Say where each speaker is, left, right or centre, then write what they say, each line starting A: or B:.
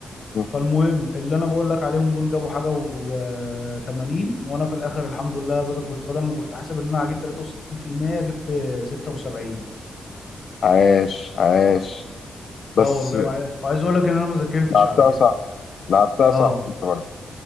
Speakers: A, on the left (about 65°); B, on the left (about 50°).
A: مم.
B: فالمهم اللي انا بقول لك عليهم دول جابوا حاجه و80 وانا في الاخر الحمد لله بدل كنت بدل ما كنت حاسب ان انا هجيب 63% جبت 76
A: عاش عاش بس
B: اه والله وع- وعايز اقول لك ان انا ما ذاكرتش
A: لعبتها
B: على كده
A: صح لعبتها صح
B: اه
A: انت برضه